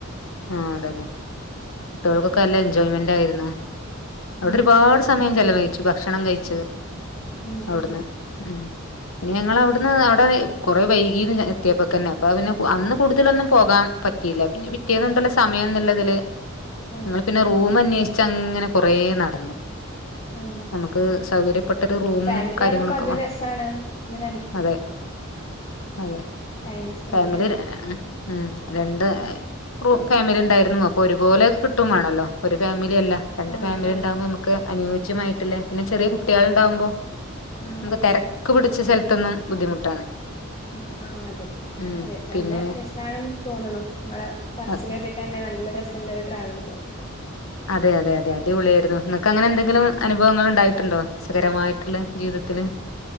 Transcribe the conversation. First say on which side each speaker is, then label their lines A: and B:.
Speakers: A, on the left; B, on the left.
A: ആ അതന്നെ കുട്ടികൾക്കൊക്കെ
B: ഉം
A: നല്ല എൻജോയ്മെന്റ് ആയിരുന്നു അവിടെ
B: ഉം
A: ഒരുപാട് സമയം കഴിച്ചു ഭക്ഷണം കഴിച്ചത്
B: ഉം
A: അവിടുന്ന്
B: ഉം
A: ഉ പിന്നെ ഞങ്ങൾ അവിടുന്ന് അവിടെ കുറെ വൈകീന്ന് എത്തിയപ്പ തന്നെ അപ്പ പിന്നെ അന്ന് കൂടുതലൊന്നും പോകാം പറ്റിയില്ല പിന്നെ പിറ്റിയന്നണ്ടല്ലോ സമയംന്നല്ല ഇതില്
B: ഉം
A: നിങ്ങള് പിന്നെ റൂമ അന്വേഷിച്ച അങ്ങനെ കൊറ നടന്നു
B: ഉം
A: നമുക്ക് സൗകര്യം തൊട്ടത്ത് ഒരു റൂമും
B: ഫാമിലി
A: കാര്യങ്ങളൊക്കെ
B: ആകുമ്പോ അതൊരു
A: കാണും
B: രസാണ് ഇങ്ങനെ
A: അതെ അതെ
B: ടൈം സ്പെൻഡ്
A: ഫാമിലി
B: ചെയ്യാനും
A: ഉം രണ്ട് റു ഫാമിലി ഉണ്ടായിരുന്നു അപ്പൊ ഒരുപോലെ കിട്ടും വേണല്ലോ ഒരു ഫാമിലി അല്ല രണ്ട്
B: ആഹ്
A: ഫാമിലി
B: ആഹ്
A: ഉണ്ടാവുമ്പം നമുക്ക് അനുയോജ്യമായിട്ടുള്ള പിന്നെ ചെറിയ കുട്ടികൾ ഉണ്ടാവുമ്പം
B: ആഹ്
A: നമുക്ക്
B: ആഹ്
A: തെരക്ക് പിടിച്ച സ്ഥലത്തൊന്നും ബുദ്ധിമുട്ടാണ്
B: ആഹ് ആഹ് അതെ
A: ഉം
B: അതെ നല്ല
A: പിന്നെ
B: രസാണെന്ന് തോന്നണു നിങ്ങളെ പറച്ചില്
A: അ-
B: കേട്ടിട്ട് തന്നെ നല്ല രസ് രസമുള്ളൊരു ട്രാവല് പോണം
A: അതെ അതെ അതെ അടിപൊളിയായിരുന്നു നിങ്ങക്ക് അങ്ങനെ എന്തെങ്കിലും അനുഭവങ്ങൾ ഉണ്ടായിട്ടുണ്ടോ രസകരമായിട്ടുള്ള ജീവിതത്തില്